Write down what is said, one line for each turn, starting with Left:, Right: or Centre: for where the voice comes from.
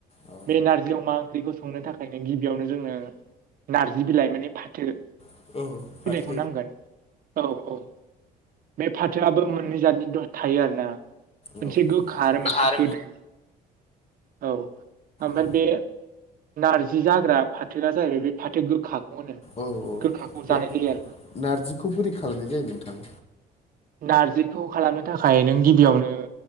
Left: अ
Right: बे नारजि अमा ओंख्रिखौ संनो थाखायनो गिबियावनो जोंनो नारजि बिलाइ माने फाथो
Left: औ
Right: अ नांगोन औ औ बे फाथोआबो मोननै जादनि द थायो आरोना मोनसे
Left: औ
Right: गोखा आरो मोनसे
Left: खार
Right: गोदो औ ओमफ्राय
Left: औ
Right: बे नारजि जाग्रा फाथो जाहैबाय बे फाथो गोखाखौ होनो
Left: औ
Right: गोखाखौ
Left: बे
Right: जानाय जायो आरो
Left: नारजिखौ बोरै खालामनाय जायो नोंथां
Right: नारजिखौ खालामनो थाखाय नों गिबियावनो